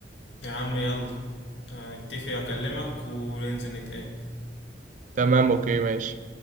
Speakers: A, on the left; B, on the right.
A: يا عم يلا هنتفق اكلمك وننزل نتقابل
B: تمام اوكي ماشي